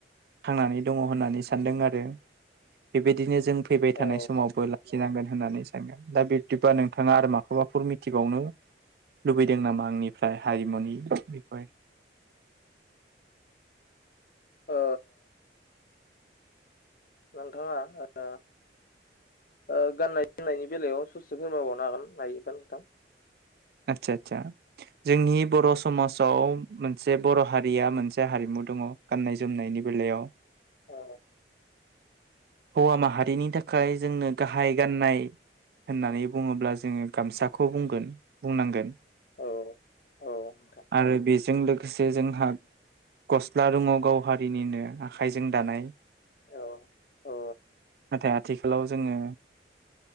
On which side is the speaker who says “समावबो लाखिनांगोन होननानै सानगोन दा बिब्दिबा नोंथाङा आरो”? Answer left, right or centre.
Right